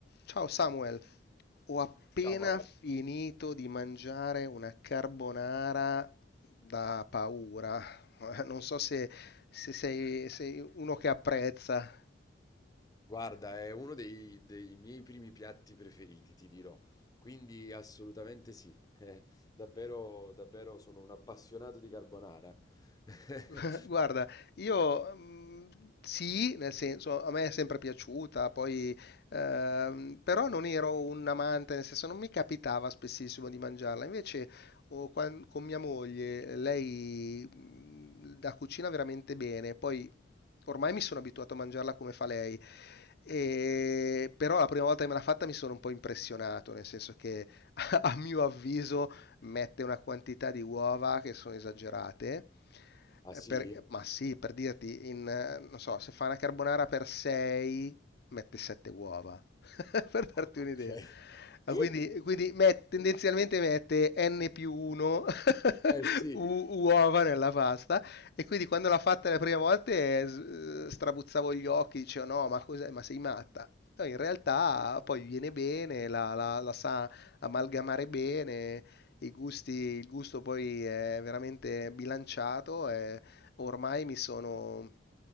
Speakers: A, on the left; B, on the left.
A: Ciao Samuel, ho appena
B: Ciao Paolo,
A: finito di mangiare una carbonara da paura. <laughs> Non so se, se sei, sei uno che apprezza.
B: guarda, è uno dei, dei miei primi piatti preferiti, ti dirò, quindi assolutamente sì, Eh, davvero, davvero sono un appassionato di carbonara. <laughs>
A: <laughs> Guarda, io mm, sì, nel senso, a me è sempre piaciuta, poi, ehm, però non ero un amante, nel senso, non mi capitava spessissimo di mangiarla. Invece, oh, quan- con mia moglie, lei mm, la cucina veramente bene, poi ormai mi sono abituato a mangiarla come fa lei. E- però la prima volta che me l'ha fatta mi sono un po' impressionato, nel senso che <laughs> a mio avviso mette una quantità di uova che sono esagerate
B: Ah
A: eh,
B: sì?
A: per- ma sì, per dirti, in, eh, non so, se fa una carbonara per 6, mette 7 uova, <laughs> per
B: Ah
A: darti
B: ok.
A: un'idea. Ah,
B: <laughs>
A: Quindi, quindi met- tendenzialmente mette n più 1
B: Eh
A: <laughs>
B: sì,
A: uova nella pasta e quindi quando l'ha fatta le prime volte eh, s- eh, strabuzzavo gli occhi, dicevo no, ma cos'è? Ma sei matta? No, in realtà poi viene bene, la, la- la sa amalgamare bene i gusti, il gusto poi è veramente bilanciato e ormai mi sono,